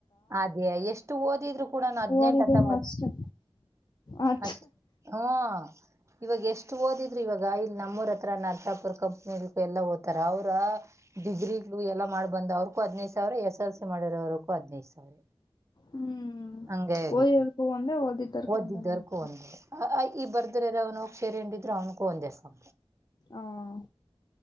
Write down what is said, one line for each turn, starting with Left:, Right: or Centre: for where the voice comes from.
Right: ಅದೇ ಎಷ್ಟು ಓದಿದ್ರು ಕೂಡ ನಾ ಹದ್ನೆಂಟು
Left: ಓದಿದ್ರುನು
Right: ಹತ್ತೊಂಬತ್
Left: ಅಷ್ಟೆ ಅ
Right: ಅಷ್ಟ ಹ್ಮ ಇವಾಗ ಎಷ್ಟ ಓದಿದ್ರಿ ಇವಾಗ ಈ ಇಲ್ಲಿ ನಮ್ಮೂರತ್ರ ನರ್ಸಾಪುರ್ ಕಂಪ್ನಿ ಎಲ್ಲ ಹಓ್ತಾರ ಅವ್ರ ಡಿಗ್ರಿಗಳು ಎಲ್ಲ ಮಾಡ್ ಬಂದ ಅವ್ರಕೂ ಹದ್ೈದು ಸಾವಿರ ಎಸ್ ಎಲ್ ಸಿ ಮಾಡಿರೋರ್ಗೂ ಹದಿನೈದು ಸಾವಿರ.
Left: ಹ್ಮ್
Right: ಹಂಗ ಹೇಗ
Left: ಓದಿರೋದಕ್ಕೂ ಒಂದೇ ಓದಿದ್ದರ್ಕ್ಕೂ
Right: ಓದ್ದಿದ್ದರ್ಕೊಂದು
Left: ಒಂದೇ ಮೇಡಮ್
Right: ಅಂತ ಆ ಇ ಬರ್ದ್ರಾರ ಅವನು ಹೋಗ ಸಕೆಂಡ್ ಇದ್ರ ಅವ್ನಕು ಒಂದೇ ಸಮ.
Left: ಹ್